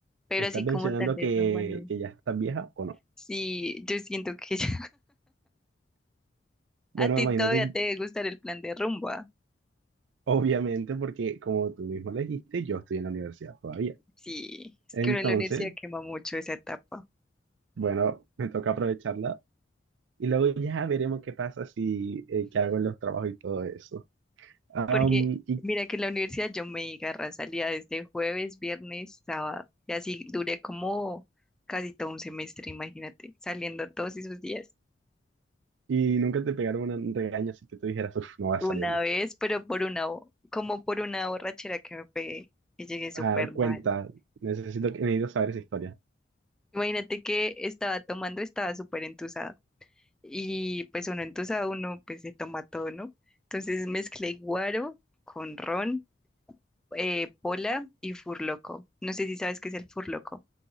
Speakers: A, in the centre; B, on the right (about 80°).
A: Pero
B: ¿Estás
A: así
B: mencionando
A: como tal de
B: que,
A: rumba no.
B: que ya estás vieja o no?
A: Sí, yo siento que <laughs> ya-
B: Bueno,
A: a ti
B: imagínate,
A: todavía te debe gustar el plan de rumba.
B: obviamente, porque como tú mismo le dijiste, yo estoy en la universidad todavía.
A: Sí, es
B: Entonces,
A: que uno en la universidad quema mucho esa etapa.
B: bueno, me toca aprovecharla y luego ya veremos qué pasa si, eh, qué hago en los trabajos y todo eso. Am,
A: Porque
B: y,
A: mira que en la universidad yo me agarra salía desde jueves, viernes, sábado. Y así duré como casi todo un semestre, imagínate, saliendo todos esos días.
B: y nunca te pegaron un regaño así que tú dijeras, uff, no va a
A: Una
B: salir más.
A: vez, pero por una, bo- como por una borrachera que me pegué y llegué súper
B: Ah,
A: mal.
B: cuenta, necesito, necesito saber esa historia.
A: Imagínate que estaba tomando, estaba súper entusado. Y pues uno entusado, uno pues se toma todo, ¿no? Entonces mezclé guaro con ron, eh, pola y furloco. No sé si sabes qué es el furloco.